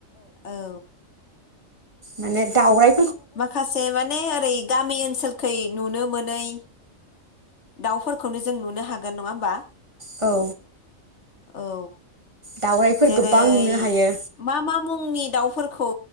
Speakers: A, on the left; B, on the right.
A: औ
B: माने दाउराय
A: माखासे माने ओरै गामि ओनसोल खै नुनो मोनै दाउफोरखौनो जों नुनो हागोन नङा होमबा?
B: औ
A: औ
B: दाउराइफोर
A: जेरै
B: गोबां नुनो हायो
A: मा मा मुंनि दाउफोरखौ